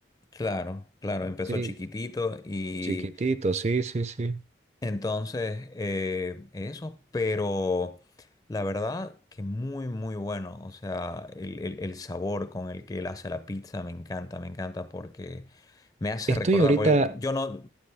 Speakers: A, on the left; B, on the right.
A: claro, claro, empezó
B: Sí,
A: chiquitito y
B: chiquitito, sí, sí, sí.
A: Entonces, eh, eso, pero la verdad que muy, muy bueno. O sea, el, el- el sabor con el que él hace la pizza me encanta, me encanta porque me hace
B: Estoy
A: recordar,
B: ahorita,
A: porque yo no,